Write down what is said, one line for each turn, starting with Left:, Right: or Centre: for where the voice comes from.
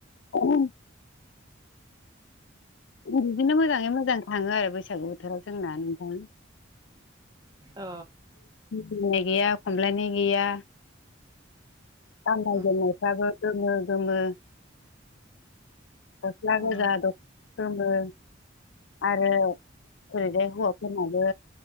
Left: ओम। बिदिनो मोजाङै मोजां थाङो आरो बैसागु बोथोराव जोंना नोंथां।
Right: अ।
Left: नाय गैया खमलायनाय गैया गाननाय
Right: उम
Left: जोमनायफ्राबो गोमो गोमो। गस्ला गोजा
Right: उम
Left: द'ख'ना गोमो। आरो ओरैजाय हौवाफोरनाबो